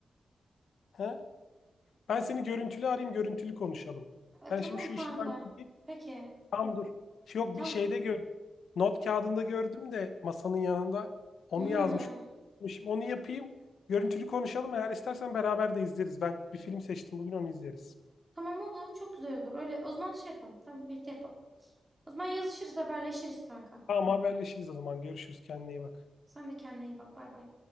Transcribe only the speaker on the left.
He? Ben seni görüntülü arayayım görüntülü konuşalım.
Ben
şimdi şu
işi halledeyim.
Tamam dur. Yok
bir şeyde gördüm. Not kağıdında gördüm de masanın yanında onu
yazmış. Onu yapayım. Görüntülü konuşalım. Eğer istersen beraber de izleriz. Ben bir film seçtim bugün onu izleriz.
Tamam haberleşiriz o zaman. Görüşürüz. Kendine iyi bak.